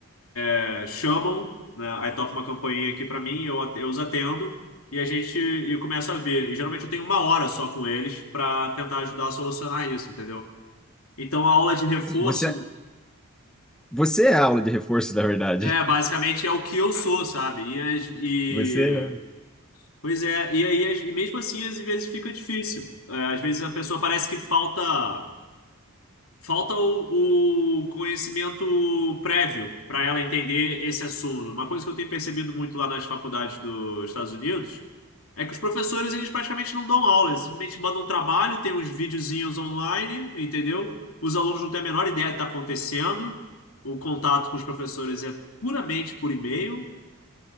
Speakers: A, on the left; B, in the centre.
A: é, chamam, né? Aí toca uma campainha aqui pra mim, eu, at- eu os atendo e a gente e eu começo a ver. E geralmente eu tenho uma hora só com eles pra tentar ajudar a solucionar isso, entendeu? Então a aula de reforço
B: Você Você é a aula de reforço, na verdade.
A: é basicamente é o que eu sou, sabe? E, as- e-
B: Você. é-
A: pois é, e aí as- e mesmo assim às vezes fica difícil. É, às vezes a pessoa parece que falta Falta o, o conhecimento prévio para ela entender esse assunto. Uma coisa que eu tenho percebido muito lá nas faculdades dos Estados Unidos É que os professores, eles praticamente não dão aula, eles simplesmente mandam um trabalho, tem uns videozinhos online, entendeu? Os alunos não têm a menor ideia do que está acontecendo, o contato com os professores é puramente por e-mail,